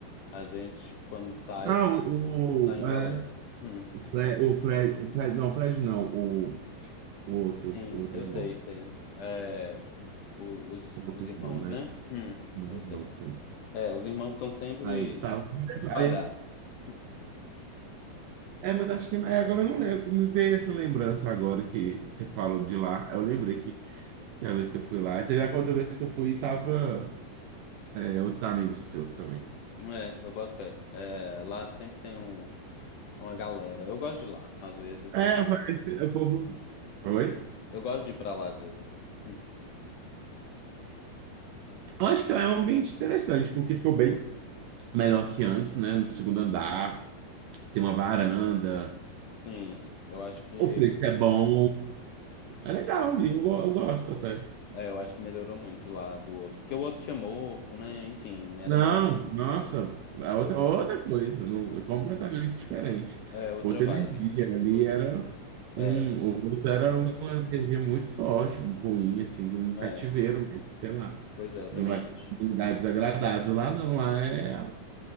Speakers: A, on the left; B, on the right.
A: a gente, quando sai,
B: Ah, o,
A: sai em
B: o, é,
A: galera. Hum.
B: o Fred, o Fred, o Fred, não, o Fred não, o, o outro,
A: Sim,
B: o outro
A: eu
B: irmão.
A: sei, sei. É, o- os,
B: Muito
A: os irmãos,
B: bom, né?
A: né? Hum, eu sei.
B: não sim.
A: É, os irmãos estão sempre
B: Aí eles estavam.
A: espalhados.
B: Aí- É, mas acho que. é, agora eu não lembro. Me veio essa lembrança agora que você falou de lá. Eu lembrei que, que a vez que eu fui lá. e Teve a outra vez que eu fui e tava é, outros amigos seus também.
A: É, eu boto fé. É, lá sempre tem um, uma galera. Eu gosto de ir lá, às vezes, assim.
B: É, parece. O povo. Oi?
A: Eu gosto de ir pra lá, às vezes. Hum.
B: Eu acho que lá é um ambiente interessante, porque ficou bem melhor que antes, né? No segundo andar, tem uma varanda.
A: Sim, eu acho que,
B: O preço é bom. É legal, eu, go- eu gosto até.
A: é, eu acho que melhorou muito lá do outro. Porque o outro tinha mofo, né? Enfim, era
B: Não,
A: meio.
B: nossa, é outra,
A: o-
B: outra coisa, não,
A: outro-
B: é completamente diferente.
A: é, outra
B: Outra
A: vibe.
B: energia ali
A: O-
B: era um,
A: É,
B: outra era uma energia muito forte, ruim, assim, de um cativeiro
A: é.
B: mesmo, sei lá,
A: Pois é, eu também
B: de um, la-
A: acho.
B: de um lugar desagradável. Lá não, lá é